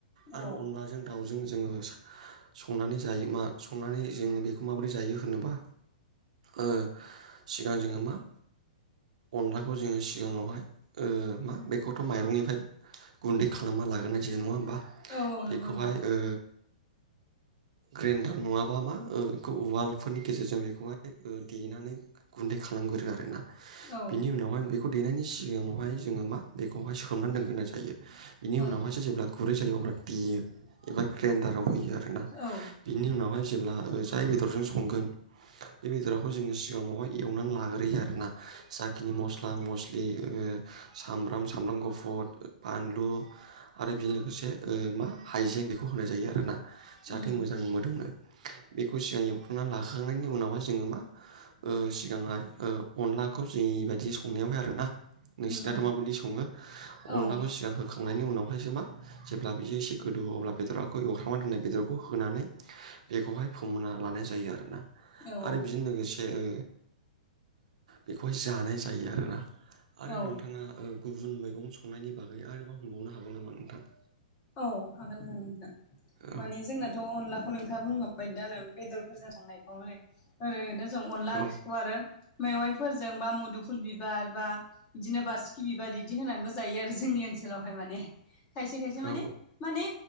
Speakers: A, on the right; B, on the left.
A: आरो
B: औ
A: अनलाजों दावजों जोङो सा संनानै जायो मा संनानै जोङो बेखौ माबोरै जायो होनोबा। ओ सिगां जोङो मा अनलाखौ जोङो सिगाङावहाय ओ मा बेखौथ' माइरंनिफ्राय गुन्दै खालामना लागोरनाय जायो नङा होमबा।
B: औ
A: बेखौहाय
B: नंगौ नोंथां
A: ओ ग्रेन्दार नङाबा मा ओ इखौ उवाल फोरनि गेजेरजों बेखौहाय ओ देनानै गुन्दै खालामगोरो आरोना।
B: औ
A: बिनि उनावहाय बे खौ देनायनि सिगाङावहाय जोङो मा बेखौहाय सोमनानै दोनग्रोना जायो। बिनि
B: ओं
A: उनावहायसो जेब्ला गुरै जायो अब्ला देयो एबा ग्रेन्दाराव होयो आरोना।
B: औ
A: बिनि उनावहाय जेब्ला ओ जाय बेदरजों संगोन। बे बेदराखौ जोङो सिगांआवहाय एवनानै लाग्रोयो आरोना। जाखिनि मस्ला मस्लि ओ सामब्राम, सामब्राम गुफुर, बानलु आरो बेनि लोगोसे मा हाइजें बेखौ होनाय जायो आरो ना। जाहाथे
B: उम
A: मोजां मोदोमो। बेखौ सिगां एवखांनानै लाखांनायनि उनावहाय जोङो मा ओ सिगांहाय ओ अनलाखौ जोंनि बायदि संनायावहाय आरो ना। नोंसिनाथ'
B: उम उम
A: माबायदि सङो।
B: औ
A: अनलाखौ सिगां होखांनायनि उनावहायसो मा जेब्ला बिदि एसे गोदौयो अब्ला बेदरखौ एवख्रांनानै दोननाय बेदरखौ होनानै बेखौहाय फोमोनना लानाय जायो आरो ना।
B: औ
A: आरो बिजों लोगोसे ओ बेखौहाय जानाय जायो आरो ना। आरो
B: औ
A: नोंथाङा ओ गुबुन मैगं संनायनि बागै आरोबाव हमबावनो हागौ नामा नोंथां?
B: औ हागोन ना नोंथां।
A: औ
B: माने जोंनाथ' अनला खौ नोंथां बुंलांबाय दानो बेदरफोरजों संनायखौ ओै ओरैनो जों अनला
A: औ
B: ओंख्रिखौ आरो मेवायफोरजों बा मुदुफुल बिबार बा बिदिनो बासिखि बिबार इदि होनानैबो जायो आरो जोंनि ओनसोलावहाय माने खायसे खायसे
A: औ
B: माने माने